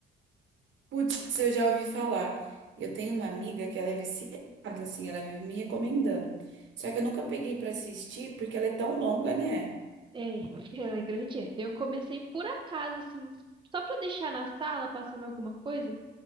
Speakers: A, on the right; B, on the right.
A: Putz, eu já ouvi falar. E eu tenho uma amiga que ela é viciada, assim, ela vive me recomendando. Só que eu nunca peguei pra assistir porque ela é tão longa, né?
B: É, <laughs> ela é grandinha. Eu comecei por acaso, assim, só pra deixar na sala passando alguma coisa,